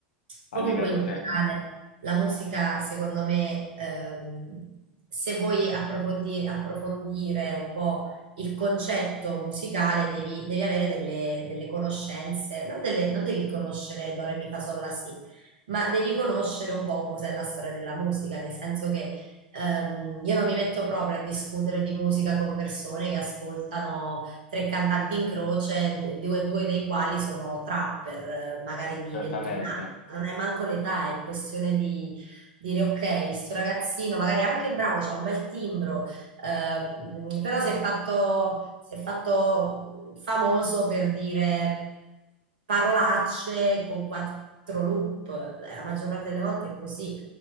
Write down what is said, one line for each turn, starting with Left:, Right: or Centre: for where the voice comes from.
Right: comunque
Left: a livello
Right: in generale
Left: tecnico,
Right: la musica secondo me, ehm, se vuoi approfondi- approfondire un po' il concetto musicale devi, devi avere delle, delle conoscenze, non, delle- non devi conoscere Do, Re, Mi, Fa, Sol, La, Si, ma devi conoscere un po' cos'è la storia della musica, nel senso che ehm, io non mi metto proprio a discutere di musica con persone che ascoltano tre cantanti in croce, du- due, due dei quali sono trapper, eh, magari di
Left: certamente.
Right: 21 anni. Non è manco l'età, è questione di dire ok, sto ragazzino magari è anche bravo, c'ha un bel timbro, eh, mh, però si è fatto, si è fatto famoso per dire parolacce con quattro loop. Eh, La maggior parte delle volte è così